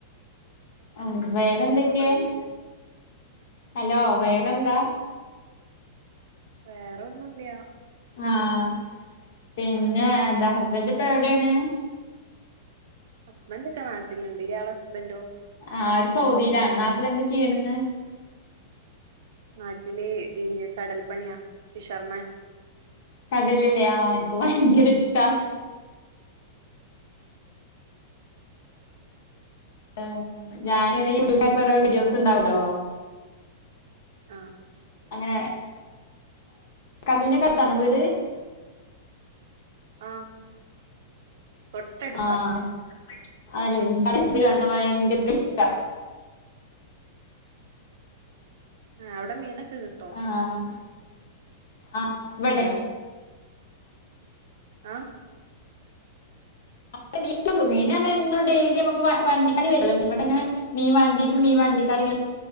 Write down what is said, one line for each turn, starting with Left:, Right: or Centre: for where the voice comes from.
Left: ഉം വേറെന്തൊക്കെ
Right: ഇപ്പൊ ഈ
Left: ഹലോ വേറെന്താ
Right: വേറെ ഒന്നുല്ല്യാ
Left: ആഹ പിന്നെ എന്താ ഹസ്ബൻറ് ഇപ്പോ എവിടെയാണ്
Right: ഹസ്ബൻറ് ഒക്കെ നാട്ടിലുണ്ട് ഇയാള ഹസ്ബൻഡോ
Left: <unintelligible> സൗദിയിലാണ് നാട്ടിൽ എന്ത് ചെയ്യണ്
Right: നാട്ടില് <unintelligible> കടൽപ്പണിയാ ഷിഷർമമാൻ
Left: കടലിലെ ആ എനക്ക് ഭയങ്കര ഇഷ്ട. ഉം ഞാനിനയി <unintelligible> ഓരോ വീഡിയോസ് ഉണ്ടാവുല്ലോ.
Right: ആഹ്
Left: അങ്ങനെ കടലിന്റെഒക്കെ അടുത്താണോ വീട്.
Right: ആഹ് തൊട്ടടുത്താ
Left: ആഹ <unintelligible> കണ്ട ഭയങ്കര ഇഷ്ട
Right: അവ്ടെ മീനൊക്കെ കിട്ടും.
Left: ആഹ് ആഹ് വിടെ.
Right: ആഹ.
Left: <unintelligible> മീൻ നമ്മഎന്നും ഡെയിലി നമുക്ക് വ വണ്ടിക്കാര് വരും ഇവിടെങ്ങനെ. മീൻ വണ്ടിൽമീൻ വണ്ടിക്കാരിങ്ങനെ.